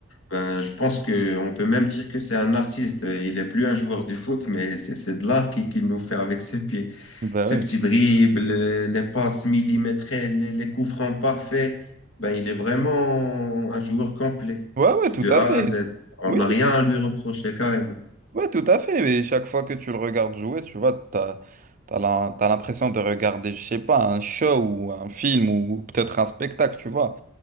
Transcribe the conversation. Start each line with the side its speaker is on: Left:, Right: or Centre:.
Left: Ben, je pense qu'on peut même dire que c'est un artiste. Il n'est plus un joueur de foot, mais c'est c'est de l'art qui- qu'il nous fait avec ses pieds.
Right: Bah
Left: Ses
Right: oui.
Left: petits dribbles, euh, les passes millimétrées, les, les coups francs parfaits. Ben, il est vraiment un joueur complet,
Right: Ouais, ouais,
Left: de
Right: tout à
Left: A
Right: fait.
Left: à Z. On
Right: Oui,
Left: n'a rien à lui reprocher, carrément.
Right: Ouais, tout à fait. Mais chaque fois que tu le regardes jouer, tu vois, t'as, t'as la- t'as l'impression de regarder, je sais pas, un show ou un film ou peut-être un spectacle, tu vois.